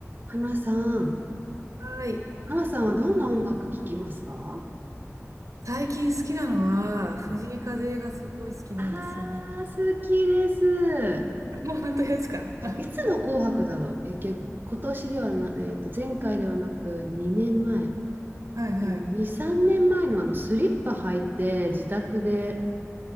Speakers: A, on the right; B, on the right.
A: 花さん、
B: はい。
A: 花さんはどんな音楽聴きますか
B: 最近好きなのは、
A: うんうん
B: 藤井風がすごい好きなんですよね。
A: ああ、好きです。
B: <laughs> 本当ですか <laughs>
A: いつの紅白だろうえ、け、今年ではな、えっと、前回ではなく2年前。
B: はいはい。
A: 多分2、3年前のあのスリッパ履いて自宅で、